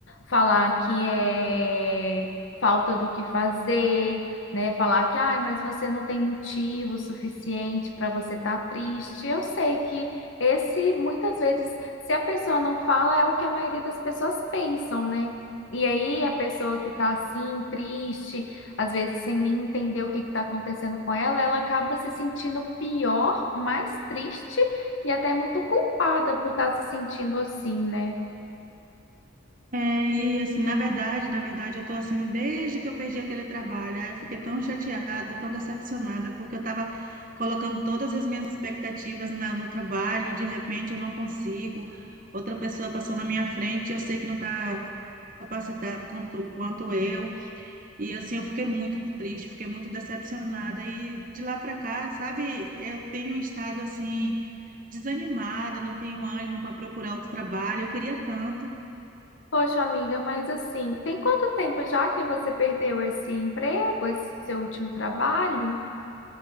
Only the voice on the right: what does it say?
É, e assim, na verdade, na verdade, eu tô assim desde que eu perdi aquele trabalho. Aí eu fiquei tão chateada, tão decepcionada, porque eu tava colocando todas as minhas expectativas na- no trabalho, e de repente eu não consigo. Outra pessoa passou na minha frente, eu sei que não tá capacitada quanto, quanto eu. E assim, eu fiquei muito triste, fiquei muito decepcionada. E de lá para cá, sabe, eu tenho estado assim, desanimada, não tenho ânimo para procurar outro trabalho. Eu queria tanto.